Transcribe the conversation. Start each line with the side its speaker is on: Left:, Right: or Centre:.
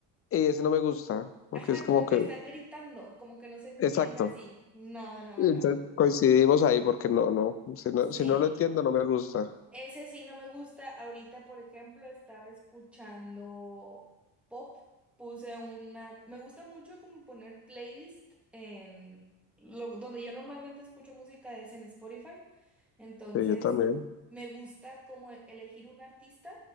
Left: y ese no me gusta, porque
Centre: Ajá,
Left: es como
Centre: como
Left: que,
Centre: que están gritando, como que no se entiende
Left: exacto.
Centre: así. Nada, nada,
Left: Entonces
Centre: nada.
Left: coincidimos ahí porque no, no, si no,
Centre: Sí,
Left: si no lo entiendo no me gusta.
Centre: ese sí no me gusta. Ahorita, por ejemplo, estaba escuchando pop. Puse una... Me gusta mucho como poner playlist en... Lo... Donde yo normalmente escucho música es en Spotify. Entonces,
Left: Sí, yo también.
Centre: me gusta como e- elegir un artista.